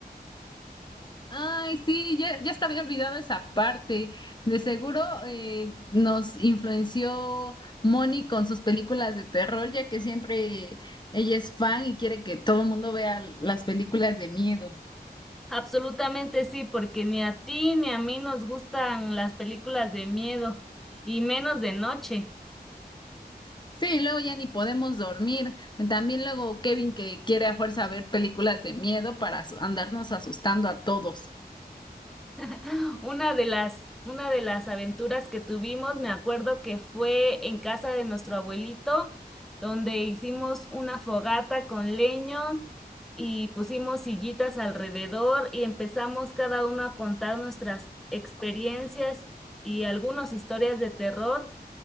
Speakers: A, on the left; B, in the centre.
A: Ay, sí, ya, ya estaba olvidado esa parte. De seguro eh, nos influenció Moni con sus películas de terror, ya que siempre ella es fan y quiere que todo el mundo vea las películas de miedo.
B: Absolutamente sí, porque ni a ti ni a mí nos gustan las películas de miedo y menos de noche.
A: Sí, luego ya ni podemos dormir. También luego Kevin que quiere a fuerza ver películas de miedo para asu- andarnos asustando a todos.
B: <laughs> Una de las, una de las aventuras que tuvimos, me acuerdo que fue en casa de nuestro abuelito, donde hicimos una fogata con leños y pusimos sillitas alrededor y empezamos cada uno a contar nuestras experiencias y algunas historias de terror.